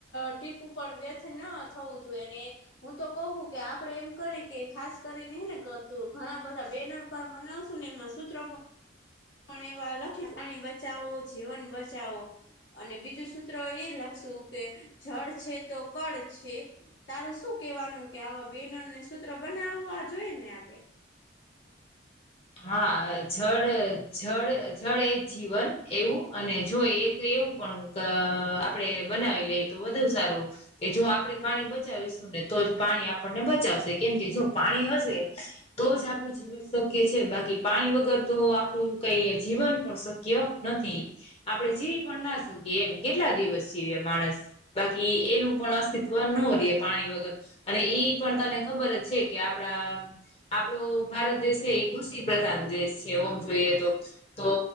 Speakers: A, on the left; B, on the left.
A: ટીપું પણ વ્યથ ન થવું જોઈએ અને. હું તો કઉું કે આપડે એમ કરી કે ખાસ કરીને ને ઘણા બધા બેનર બનાવશું ને એમાં સત્ર પણ એવા લખી પાણી બચાવો જીવન બચાવો. અને બીજું સૂત્ર એ લખશું કે, જળ છે તો કરડ છે. તારે શું કેવાનું કે? આવા બહેનોને સૂત્ર બનાવવા જોઈએ ને આપડે?
B: હા! જળ જળ જળ એ જ જીવન એવું અને જોય એક એવું પણ અ આપડે બનાવી લઈ તો વધુ સારું. કે જો આપણેે પાણી બચાવીશું ને તો જ પાણી આપણને બચાવશે કેમ કે જો પાણી હશે. તો જ આપું જ શ છે બાકી પાણી વગર તો આપણું કઈ જીવન પણ શક્ય નથી. આપણેે જીવી પણ ના શું કે, એમ કેટલા દિવસ જીવી માણસ? બાકી એનું પણ અસ્તિત્વ ન રહે પાણી વગર. અને ઈ પણ તને ખબર જ છે કે, આપડા આપડો ભારત દેશ. એ કૃષિ પ્રધાન દેશ છે ઓમ જોઈએ તો. તો